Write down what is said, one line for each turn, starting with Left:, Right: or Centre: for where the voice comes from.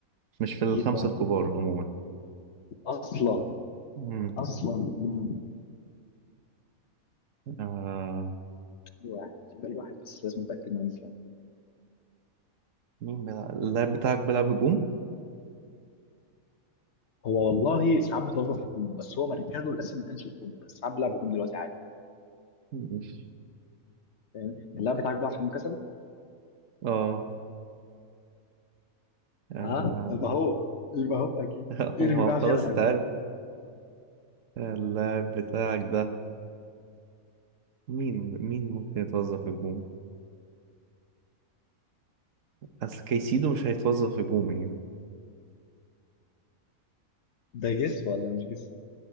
Right: مش في الخمسة
Left: ايه ده
Right: الكبار عموما
Left: اصلا
Right: مم.
Left: اصلا مم.
Right: آه.
Left: واحد بل واحد بس لازم اتاكد انه كام فين.
Right: مين بيلعب اللاعب بتاعك بيلعب هجوم
Left: هو والله ساعات بتوظف هجوم بس هو مركزه الاساسي ما كانش هجوم بس ساعات بيلعب هجوم دلوقتي عادي
Right: مش
Left: فاهم اللاعب بتاعك بقى عشان كسل
Right: اه آه،
Left: ها يبقى هو يبقى هو اكيد
Right: <laughs>
Left: ارمي
Right: هو
Left: بقى
Right: خلاص
Left: عشان هجوم
Right: اتعرف اللاعب بتاعك ده مين مين ممكن يتوظف هجوم بس كيسيدو مش هيتوظف هجوم يعني
Left: ده جس ولا مش جس